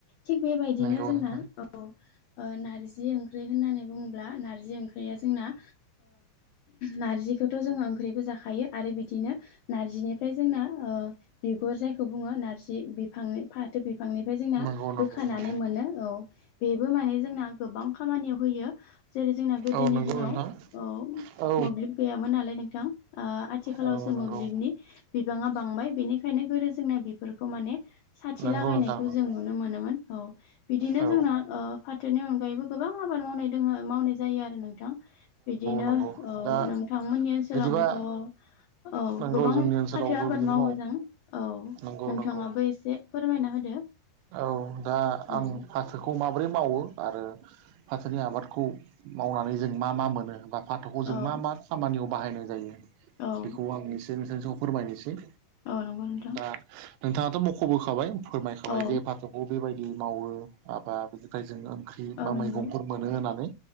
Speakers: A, on the left (about 90°); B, on the right (about 90°).
A: थिग बेबायदिनो
B: नंगौ
A: जोंना
B: नोंथां
A: औ नारजि ओंख्रि होननानै बुङोब्ला नारजि ओंख्रिया जोंना नारजिखौथ' जोङो ओंख्रिबो जाखायो आरो बिदिनो नार्जिनिफ्राय जोंना बिगुर जायखौ बुङो नारजि बिफांनि फाथो बि बिफांनिफ्राय जोंना
B: नंगौ नंगौ
A: बोखानानै
B: नंगौ
A: मोनो औ बेबो माने जोंना गोबां खामानियाव होयो। जेरै जोंना गोदोनि
B: औ नंगौ
A: दिनाव
B: नोंथां
A: ओ
B: औ
A: मोब्लिब गैयामोन नालाय नोंथां ओ। आथिखालावसो
B: औ नंगौ
A: मोब्लिबनि बिबाङा बांबाय बेनिखायनो गोदो जोंना बेफोरखौ माने साथि
B: नंगौ
A: लागायनायखौ
B: नोंथां नंगौ
A: जों नुनो मोनोमोन औ बिदिनो
B: औ
A: जोंना ओफाथोनि अनगायैबो गोबां आबाद मावनाय दङ मावनाय जायो आरो नोंथां। बिदिनो
B: नंगौ
A: औ
B: दा
A: नोंथांमोननि ओनसोलावबोथ'
B: बिदिबा
A: औ
B: नंगौ
A: गोबां
B: जोंनि ओनसोलावबो
A: फाथो आबाद
B: बिदिनो
A: मावो जों औ
B: नंगौ
A: नोंथाङाबो
B: नंगौ
A: एसे फोरमायना होदो
B: औ दा
A: उम
B: आं फाथोखौ माबोरै मावो, आरो फाथोनि आबादखौ मावनानै जों मा मा मोनो बा फाथ'खौ जों
A: औ
B: मा मा खामानियाव बाहायनाय जायो?
A: औ
B: बेखौ आंनिसोर नोंसोरनिस फोरमायनोसै।
A: औ नंगौ नोंथां।
B: दा नोंथाङाथ' मख'बोखाबाय फोरमायखाबाय
A: औ
B: जे फाथ'खौ बेबायदि मावो आबाद बिदि ओमफ्राय जों ओंख्रि
A: औ
B: बा
A: नंगौ
B: मैगंफोर मोनो होननानै